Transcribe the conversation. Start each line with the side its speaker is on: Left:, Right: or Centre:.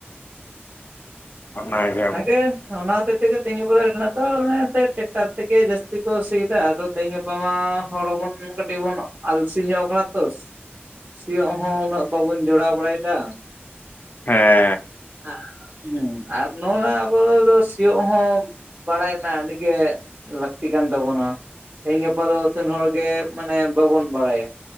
Left: ᱟᱱᱟ ᱜᱮ,
Right: ᱚᱱᱟ ᱜᱮ ᱚᱱᱟ ᱦᱚᱛᱮᱡ ᱛᱮ ᱜᱮ ᱛᱤᱸᱜᱩ ᱵᱚᱨᱟᱭ ᱨᱮᱱᱟᱜ ᱫᱚ ᱮᱱᱛᱮ ᱴᱮᱠᱴᱟᱨ ᱛᱮ ᱜᱮ ᱡᱟᱹᱥᱛᱤ ᱠᱚᱥᱤᱮᱫᱟ ᱟᱫᱚ ᱛᱮᱦᱮᱧ ᱜᱟᱯᱟ ᱢᱟ ᱦᱚᱲ ᱦᱚᱵᱚᱱ ᱠᱟᱹᱴᱤᱡ ᱵᱚᱱ ᱟᱞᱥᱤ ᱧᱚᱜ ᱠᱟᱱᱟ ᱛᱚ ᱾ ᱥᱤᱭᱚᱜ ᱦᱚᱸ ᱩᱱᱟᱹᱜ ᱵᱟᱵᱚᱱ ᱡᱚᱲᱟᱣ ᱵᱟᱲᱟᱭᱮᱫᱟ ᱾
Left: ᱦᱮᱸ,
Right: ᱦᱩ ᱟᱨ ᱱᱚᱜ-ᱚᱭ ᱱᱚᱣᱟ ᱟᱵᱚ ᱫᱚ ᱥᱤᱭᱳᱜ ᱦᱚᱸ ᱵᱟᱲᱟᱭ ᱨᱮᱱᱟᱜ ᱟᱹᱰᱤ ᱞᱟᱹᱠᱛᱤ ᱠᱟᱱᱟ ᱛᱟᱵᱚᱱᱟ ᱛᱮᱦᱮᱧ ᱜᱟᱯᱟ ᱫᱚ ᱟᱛᱮᱱ ᱦᱚᱲ ᱜᱮ ᱢᱟᱱᱮ ᱵᱟᱵᱚᱱ ᱵᱟᱲᱟᱭᱟ,